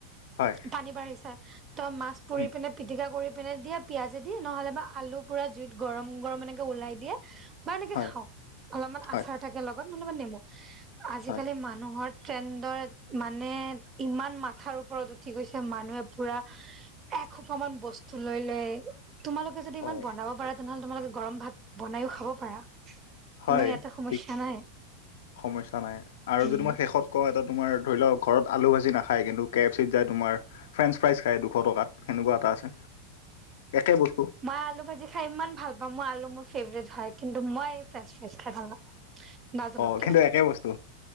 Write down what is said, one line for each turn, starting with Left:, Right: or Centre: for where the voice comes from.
Left: হয়
Right: পানী বাঢ়িছে ত মাছ পুৰি
Left: উম,
Right: পিনে পিটিকা কৰি পিনে দিয়ে পিয়াজেদি নহ'লে বা আলু পুৰা জুইত গৰম গৰম এনেকে ওলাই দিয়ে মই এনেকে
Left: হয়,
Right: খাওঁ অলপমান
Left: হয়,
Right: আচাৰ থাকে লগ লগত মোৰ লগত নেমু আজিকালি
Left: হয়।
Right: মানুহৰ ট্ৰেণ্ডত মানে ইমান মাথাৰ ওপৰত উঠি গৈছে মানুহে পুৰা একসোপা মান বস্তু লৈ লয় তোমালোক কে যদি
Left: অ',
Right: ইমান বনাব পাৰা তেনেহ'লে তোমালোকে গৰম ভাত বনায়ো খাব পাৰা কোনো
Left: হয়
Right: ইয়াতে সমস্যা
Left: ঠিক
Right: নাই
Left: সমস্যা নাই আৰু
Right: উম
Left: যদি মই শেষত কও এটা তোমাৰ ধৰি ল ঘৰত আলু ভাজি নাখায় কিন্তু কে এফ চিত যায় তোমাৰ ফ্ৰেঞ্চ ফ্ৰাইজ খাই দুশ টকাত সেনেকুৱা এটা আছে একে বস্তু
Right: মই আলু ভাজি খাই ইমান ভাল পাওঁ মই আলু মোৰ ফেভৰেট হয় কিন্তু মই ফ্ৰেঞ্চ ফ্ৰাইজ খাই ভাল নাপাও। নাজানো
Left: অ',
Right: কিয়
Left: কিন্তু একে বস্তু।